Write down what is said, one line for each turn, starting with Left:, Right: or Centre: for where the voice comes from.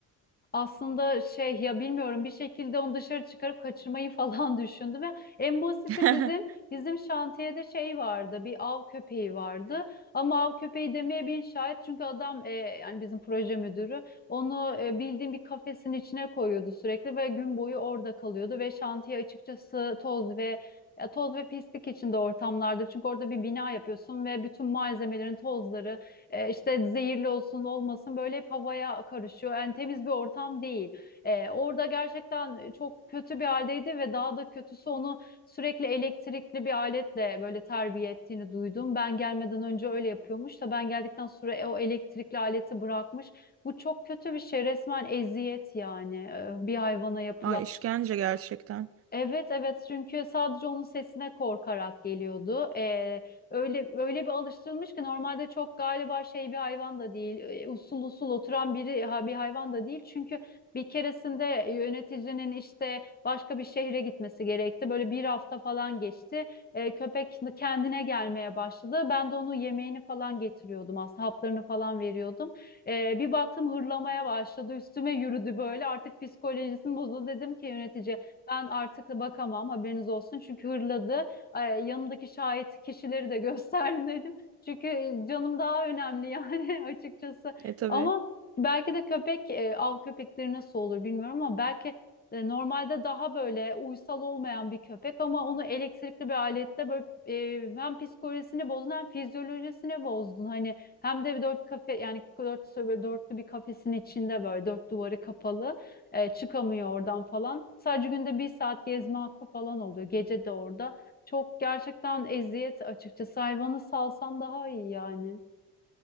Left: Aslında şey ya bilmiyorum bir şekilde onu dışarı çıkarıp kaçırmayı falan <laughs> düşündüm. ve En basiti
Right: <laughs>
Left: bizim bizim şantiyede şey vardı bir av köpeği vardı ama av köpeği demeye bin şahit çünkü adam e, yani bizim proje müdürü onu e, bildiğim bir kafesin içine koyuyordu sürekli ve gün boyu orada kalıyordu ve şantiye açıkçası toz ve ya toz ve pislik içinde ortamlardı çünkü orada bir bina yapıyorsun ve bütün malzemelerin tozları e, işte zehirli olsun olmasın böyle hep havaya karışıyor. Yani temiz bir ortam değil. E, orada gerçekten çok kötü bir haldeydi ve daha da kötüsü onu sürekli elektrikli bir aletle böyle terbiye ettiğini duydum. Ben gelmeden önce öyle yapıyormuş da ben geldikten sonra e, o elektrikli aleti bırakmış. Bu çok kötü bir şey. Resmen eziyet yani e, bir hayvana yapılan.
Right: Ay işkence gerçekten.
Left: Evet evet çünkü sadece onun sesine korkarak geliyordu. Ee, öyle öyle bir alıştırılmış ki normalde çok galiba şey bir hayvan da değil. e, Usul usul oturan biri ha, bir hayvan da değil. Çünkü bir keresinde yöneticinin işte başka bir şehre gitmesi gerekti. Böyle bir hafta falan geçti. Ee, köpek kendine gelmeye başladı. Ben de onu yemeğini falan getiriyordum aslında haplarını falan veriyordum. Ee, bir baktım hırlamaya başladı. Üstüme yürüdü böyle. Artık psikolojisini bozuldu dedim ki yönetici ben artık bakamam haberiniz olsun. Çünkü hırladı. Ay, yanımdaki şahit kişileri de <laughs> gösterdim dedim. Çünkü e, canım daha önemli yani <laughs> açıkçası.
Right: E tabii.
Left: Ama belki de köpek e, av köpekleri nasıl olur bilmiyorum ama belki e, normalde daha böyle uysal olmayan bir köpek ama onu elektrikli bir alette böyle e, hem psikolojisini bozdun hem fizyolojisini bozdun. Hani hem de bir dört kafe yani dört, dörtlü bir kafesin içinde böyle dört duvarı kapalı. E, çıkamıyor oradan falan. Sadece günde bir saat gezme hakkı falan oluyor. Gece de orada. Çok gerçekten eziyet açıkçası. Hayvanı salsan daha iyi yani.